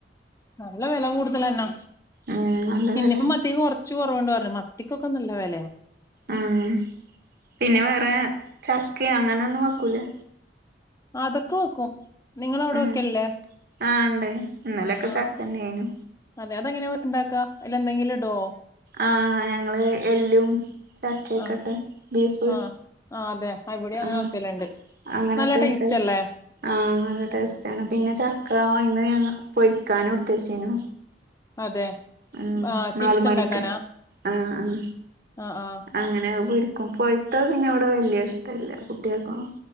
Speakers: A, on the left; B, on the right.
A: നല്ല വെല കൂടുതലന്നാ
B: ഉം നല്ല
A: ഇന്നിപ്പോ
B: വെലേണ്
A: മത്തിക്ക് കൊർച്ച് ച്ചു കൊറവ്ണ്ടർഞ്ഞു മത്തിക്കൊക്കെ നല്ല വെലയ
B: ആഹ് പിന്നെ വേറെ ചക്കിം അങ്ങനെന്നും വെക്കൂലേ?
A: അതൊക്കെ വെക്കും നിങ്ങളവിടെ
B: ഉം
A: വെക്കലില്ലേ
B: ആഹ് ണ്ടേ ഇന്നലൊക്കെ
A: ആഹ്
B: ചക്കന്നെനു
A: അതെ അതെങ്ങനെ വെ ഇണ്ടാക്കാ. അയിലെന്തെങ്കിലും ഇടോ
B: ആഹ് ഞങ്ങള് എല്ലും ചക്കൊക്കെട്ട്
A: ആഹ്
B: ബീഫ്.
A: ആഹ് ആഹ് അതെ ഇവിടെയും അങ്ങനെ
B: ആഹ്
A: വെക്കലുണ്ട്
B: അങ്ങനെട്ട്
A: നല്ല
B: വെക്കല്
A: ടേസ്റ്റ് അല്ലേ
B: ആഹ് നല്ല ടേസ്റ്റാണ് പിന്നെ ചക് ക്കാവൈന്ന് ഞങ്ങ പൊയിക്കാനു ഇട്ത്തചീനു
A: അതെ
B: ഉംഹ്
A: ആഹ് ചിപ്സ്
B: നാല്മണിക്ക്
A: ഇണ്ടാക്കാനാ
B: ആഹ് ആഹ്
A: ആഹ് ആഹ്
B: അങ്ങനെ അഹ് പൊ ക്കും പോയ്ത്തത് പിന്നെവടെ വല്യയ ഇഷ്ടല്ല കുട്ട്യേക്കും